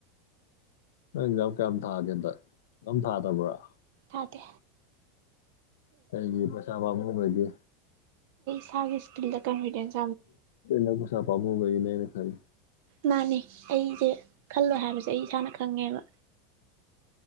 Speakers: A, on the left; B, on the right.
A: ꯅꯪ ꯑꯦꯖꯥꯝ ꯀꯌꯥꯝ ꯊꯥꯒꯦ ꯍꯟꯗꯛ ꯌꯥꯝ ꯊꯥꯗꯕ꯭ꯔꯥ
B: ꯌꯥꯗꯦ
A: ꯀꯒꯤ ꯄꯁꯥꯕ ꯃꯕꯒꯤ
B: ꯁꯒꯤ ꯁ꯭ꯀꯤꯜ ꯗꯀꯔꯗꯅ
A: ꯑꯧꯅ ꯅꯪ ꯄꯩꯁꯥ ꯄꯥꯃꯨꯕꯩꯅ‌ꯦ ꯈ <unintelligible>
B: ꯃꯥꯅꯦ ꯑꯩꯁꯦ ꯈꯜꯂꯣꯏ ꯍꯥꯏꯕꯁꯦ ꯑꯩ ꯏꯁꯥꯅ ꯈꯪꯉꯦꯕ